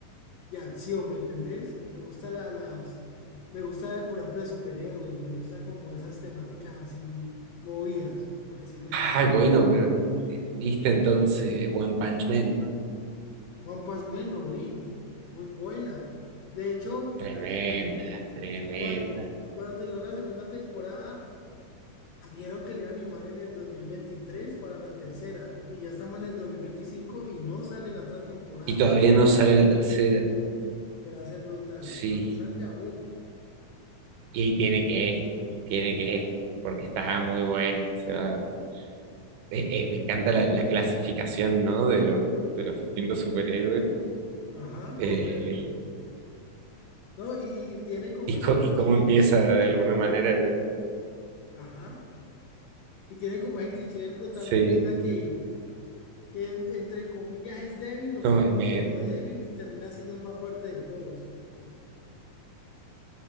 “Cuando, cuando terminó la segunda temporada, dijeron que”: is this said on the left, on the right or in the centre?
Left